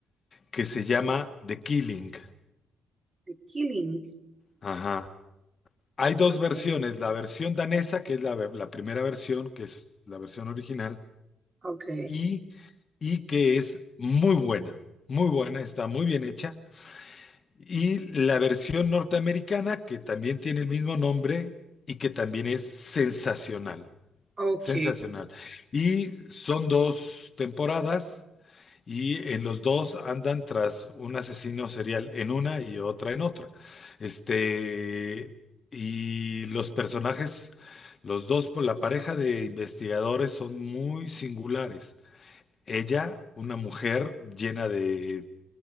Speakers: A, on the left; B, on the right.
A: que se llama The Killing.
B: The Killing.
A: Ajá. Hay dos
B: Ok,
A: versiones, la versión danesa, que es la, la primera versión, que es la versión original,
B: ok,
A: y, y que es muy buena, muy buena, está muy bien hecha. Y la versión norteamericana, que también tiene el mismo nombre y que también es sensacional,
B: ok,
A: sensacional. Y son dos temporadas y en los dos andan tras un asesino serial en una y otra en otra. Este, y los personajes, los dos, por la pareja de investigadores son muy singulares. Ella, una mujer llena de,